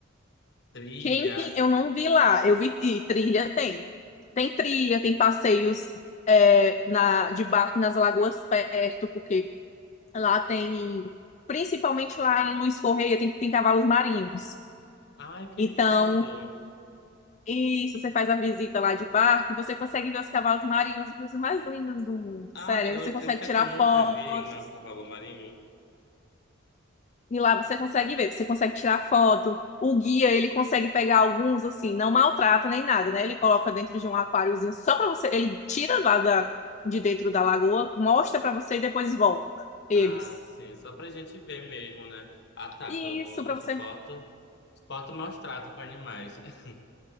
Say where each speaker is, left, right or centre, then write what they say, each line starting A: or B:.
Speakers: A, on the left; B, on the left.
A: Trilha.
B: Camping eu não vi lá, eu vi e trilha tem. Tem trilha, tem passeios é, na, de barco nas lagoas perto, porque lá tem, principalmente lá em Luiz Correia, tem, tem cavalos marinhos.
A: Ai, que
B: Então,
A: lindo.
B: isso, você faz a visita lá de barco, você consegue ver os cavalos marinhos, os mais lindos do mundo,
A: Ai,
B: sério. Aí
A: eu
B: Você
A: acredito
B: consegue tirar
A: que eu nunca
B: fotos
A: vi um cavalo marinho.
B: E lá você consegue ver, você consegue tirar foto. O guia, ele consegue pegar alguns, assim, não maltrata nem nada, né? Ele coloca dentro de um aquáriozinho só para você. Ele tira lá da, de dentro da lagoa, mostra para você e depois volta eles.
A: Ah, sim, só pra gente ver mesmo, né? Ah, tá,
B: E
A: que eu não,
B: isso
A: não
B: para você.
A: suporto. Suporto maus tratos com animais. <laughs>